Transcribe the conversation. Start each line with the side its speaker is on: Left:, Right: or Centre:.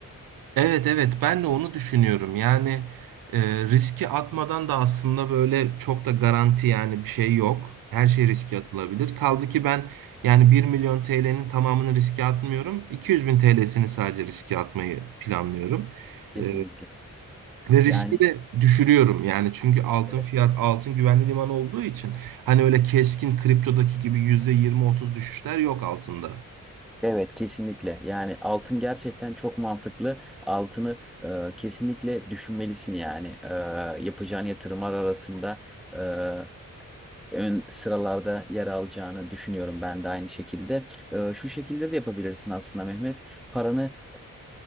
Right: Evet evet ben de onu düşünüyorum. Yani e, riski atmadan da aslında böyle çok da garanti yani bir şey yok. Her şey riske atılabilir. Kaldı ki ben yani bir milyon TL'nin tamamını riske atmıyorum. 200 bin TL'sini sadece riske atmayı planlıyorum.
Centre: Kesinlikle.
Right: E, ve riski
Centre: Yani
Right: de düşürüyorum yani çünkü altın
Centre: evet,
Right: fiyat altın güvenli liman olduğu için hani öyle keskin kriptodaki gibi %20-30 düşüşler yok altında.
Centre: evet, kesinlikle. Yani altın gerçekten çok mantıklı. Altını e, kesinlikle düşünmelisin yani. E, yapacağın yatırımlar arasında E, ön sıralarda yer alacağını düşünüyorum ben de aynı şekilde. Ee, şu şekilde de yapabilirsin aslında Mehmet. Paranı